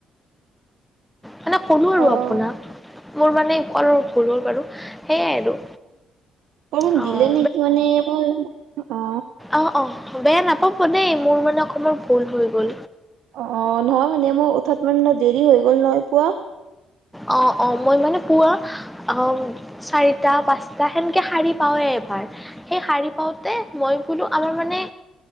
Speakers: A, on the right; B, in the centre.
A: <inaudible>
B: মানে কলো আৰু
A: অ'
B: আপোনাক। মোৰ মানে কোৱাটো ভুল হ'ল বাৰু, সেইয়াই আৰু।
A: অলপ
B: অঁ
A: দিলে নেকি মানে এইবোৰ, আ
B: অ', অ', বেয়া নাপাব দেই, মোৰ মানে অকমান ভুল হৈ গ'ল।
A: অ', নহয় মানে মোৰ উঠাত মানে দেৰি হৈ গ'ল, নহয় পুৱা।
B: অ', অ', মই মানে পুৱা, অম চাৰিটা পাঁচটা, সেনেকে শাৰী পাওৱে এবাৰ। সেই শাৰী পাওঁতে, মই বোলো আমাৰ মানে,